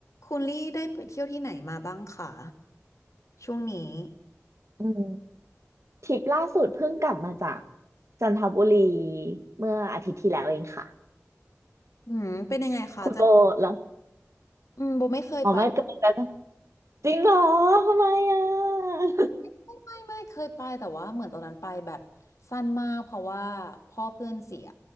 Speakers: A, on the left (about 70°); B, on the right (about 65°).
A: คุณลี่ได้ไปเที่ยวที่ไหนมาบ้างคะช่วงนี้
B: อืมทริปล่าสุดเพิ่งกลับมาจากจันทบุรีเมื่ออาทิตย์ที่แล้วเองค่ะ
A: อืมเป็นยังไงคะจะ
B: คุณโบแล้ว
A: อืมโบไม่เคยไป
B: อ๋อไม่เกินแล้วจริงเหรอทำไมอ่ะ
A: ไม่ไม่ไม่เคยไปแต่ว่าเหมือนตอนนั้นไปแบบสั้นมากเพราะว่าพ่อเพื่อนเสีย